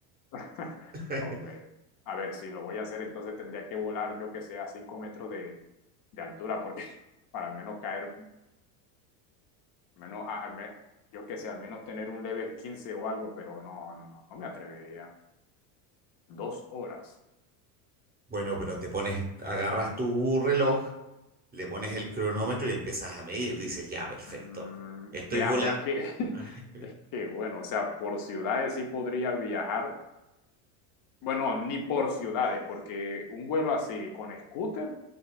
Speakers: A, on the left (about 45°); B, on the right (about 20°).
A: <laughs>
B: <laughs>
A: Hombre, a ver, si lo voy a hacer, entonces tendría que volar, yo que sé, a 5 metros de, de altura, porque <laughs> para al menos caer, menos, a- al me- yo que sé, al menos tener un leve 15 o algo, pero no, no, no, no me atrevería. Dos horas.
B: Bueno, pero te pones, agarras tu reloj, le pones el cronómetro y empiezas a medir. Dices, ya, perfecto.
A: Mm,
B: Estoy
A: veamos,
B: vola.
A: es que, <laughs>
B: <laughs>
A: es que, bueno, o sea, por ciudades sí podría viajar, bueno, ni por ciudades, porque un vuelo así con scooter,